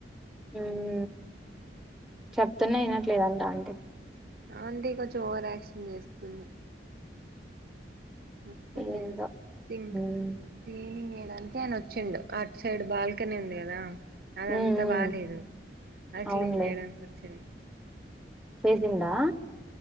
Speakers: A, in the centre; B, on the right (about 55°).
A: ఉమ్ చెప్తున్నా వినట్లేదంటా ఆంటీ
B: ఆంటీ కొంచం ఓవర్ ఆక్షన్ చేస్తుంది వస్తున్నాయి
A: ఏందో
B: థింక్
A: ఉమ్
B: క్లీనింగ్ చేయడానికి ఆయన వచ్చిండు అటు సైడ్ బాల్కనీ ఉంది కదా అదంతా
A: ఉమ్
B: బాలేదు అది
A: అవునులే
B: క్లీన్ చేయడానికి వచ్చిండు
A: చేసిండా